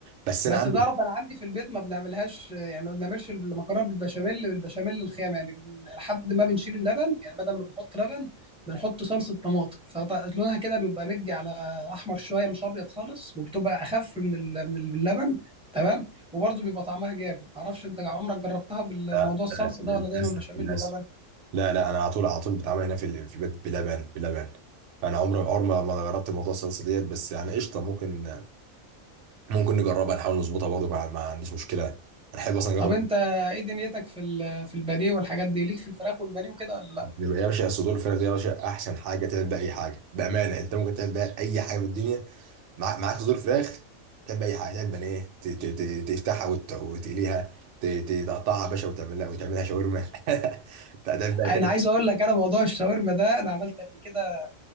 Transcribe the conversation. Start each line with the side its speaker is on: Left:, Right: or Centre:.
Right: بس
Centre: بس
Right: انا عندي
Centre: تعرف انا عندي في البيت ما بنعملهاش يعني ما بنعملش المكرونه بالبشاميل بالبشاميل الخام يعني بن- لحد ما بنشيل اللبن يعني بدل ما بنحط لبن بنحط صلصه طماطم فلونها كده بيبقى مدي على احمر شويه مش ابيض خالص وبتبقى اخف من ال- من ال- اللبن تمام وبرضه بيبقى طعمها جامد معرفش انت عمرك جربتها بالموضوع
Right: لا
Centre: الصلصه
Right: لا للاسف
Centre: ده ولا دايما بشاميل
Right: للاسف
Centre: ولبن
Right: لا لا انا على طول على طول بتعامل هنا في ال- في البيت بلبن بلبن فانا عمري عمري ما ما جربت موضوع الصلصه ديت بس يعني قشطه ممكن ممكن نجربها نحاول نظبطها برضه ما ما عنديش مشكله انا احب اصلا اجرب
Centre: طب انت
Right: <laughs>
Centre: ايه دنيتك في ال- في البانيه والحاجات دي ليك في الفراخ والبانيه وكده ولا لا
Right: يبقى يا باشا صدور الفراخ دي يا باشا احسن حاجه تعمل بيها اي حاجه بامانه انت ممكن تعمل بيها اي حاجه في الدنيا مع- معاك صدور فراخ تعمل بيها اي حاجه تعمل بانيه ت- ت- ت- تفتحها وت- وتقليها ت- ت- تقطعها يا باشا وتعملها وتعملها شاورما <laughs> تعمل بيها
Centre: انا
Right: تعمل
Centre: عايز اقول لك انا موضوع الشاورما ده انا عملت قبل كده